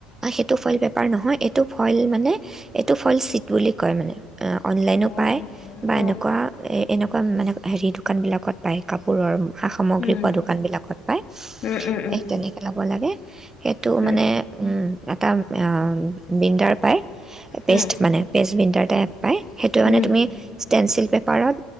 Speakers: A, on the right; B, on the left.
A: অ সেইটো এইটো ফইল বেপাৰ নহয় এইটো ফইল মানে এইটো ফল চিট বুলি কয় মানে অনলাইনো
B: অ',
A: পায় বা
B: অ',
A: এনেকুৱা নে মানে হেৰি দোকানবিলাকত পায় কাপোৰৰ সা সামগ্ৰী
B: উম,
A: পোৱা দোকানবিলাকত পায়
B: উম উম
A: এই তেনেকৈ ল'ব লাগে সেইটো মানে
B: উম
A: উম এটা অ বিণ্ডাৰ পায় বেষ্ট
B: উম
A: মানে বেষ্ট বিণ্ডাৰ তেত পায় সেইটোমানে
B: উম
A: তুমি ষ্টেট চিল পেপাৰত